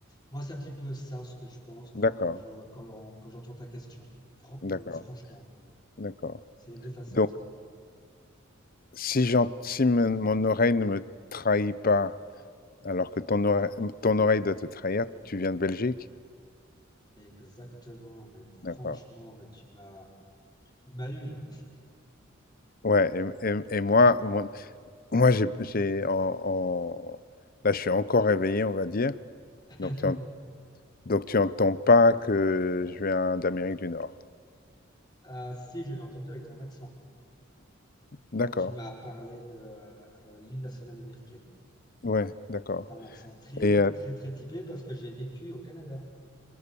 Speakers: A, on the left; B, on the left.
A: moi, c'est un petit peu ça ce que je pense quand
B: D'accord,
A: je- quand, quand j'entends ta question. Fran-
B: d'accord,
A: euh, franchement,
B: d'accord.
A: c'est les deux facettes.
B: Donc, si j'en si me mon oreille ne me trahit pas, alors que ton ore ton oreille doit te trahir, tu viens de Belgique?
A: Exactement, mais franchement,
B: D'accord.
A: mais tu m'as, tu m'as eu là.
B: Ouais et et et moi, mon Moi, j'ai j'ai en en là, je suis encore réveillé, on va dire.
A: <laughs>
B: Donc tu en- donc tu entends pas que je viens d'Amérique du Nord.
A: Ah si, je l'ai entendu avec ton accent
B: D'accord.
A: quand tu m'as parlé de euh, l'hymne national américaine.
B: Ouais, d'accord.
A: T'as un accent très,
B: Et heu,
A: très, très typé parce que j'ai vécu au Canada.